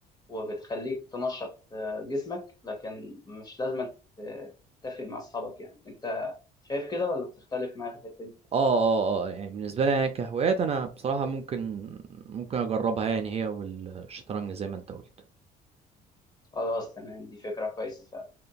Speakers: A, on the left (about 25°); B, on the right (about 35°).
A: وبتخليك تنشط آه، جسمك لكن مش لازم ت- تتفق مع أصحابك يعني أنت شايف كده ولا بتختلف معايا في الحتة دي؟
B: اه اه آه، آه، يعني بالنسبه لي انا كهوايات انا بصراحه ممكن ممكن اجربها يعني هي والشطرنج زي ما انت قلت
A: خلاص تمام دي فكرة كويسة فعلا